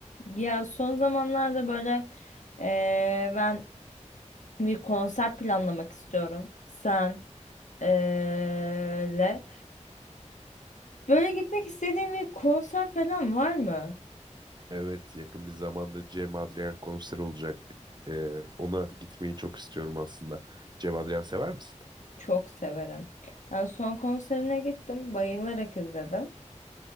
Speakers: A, on the left; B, on the right.
A: Ya son zamanlarda böyle eee, ben bir konser planlamak istiyorum. Sen eee, le. Böyle gitmek istediğin bir konser falan var mı?
B: Evet yakın bir zamanda Cem Adrian konser olacak. Ee, ona gitmeyi çok istiyorum aslında. Cem Adrian sever misin?
A: Çok severim. Ben son konserine gittim. Bayılarak izledim.